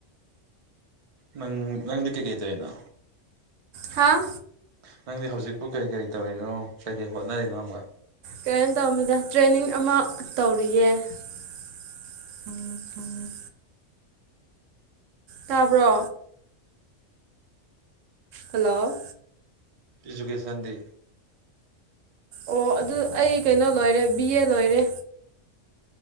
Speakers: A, on the right; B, on the right.
A: ꯅꯪ ꯅꯪꯗꯤ ꯀꯩ ꯀꯩ ꯇꯩꯅꯣ
B: ꯍꯥꯥ
A: ꯅꯪꯗꯤ ꯍꯧꯖꯤꯛꯄꯨ ꯀꯔꯤ ꯀꯔꯤ ꯇꯧꯔꯤꯅꯣ ꯀꯩ ꯀꯩ ꯍꯣꯠꯅꯔꯤꯅꯣ ꯍꯪꯕ
B: ꯀꯩꯅꯣ ꯇꯧꯝꯅꯤꯗ ꯇ꯭ꯔꯦꯅꯤꯡ ꯑꯃ ꯇꯧꯔꯤꯌꯦ <unintelligible> ꯇꯥꯕ꯭ꯔꯣ ꯍꯜꯂꯣ
A: ꯏꯖꯨꯀꯦꯁꯟꯗꯤ
B: ꯑꯣ ꯑꯗꯨ ꯑꯩ ꯀꯩꯅꯣ ꯂꯣꯏꯔꯦ ꯕꯤ ꯑꯦ ꯂꯣꯏꯔꯦ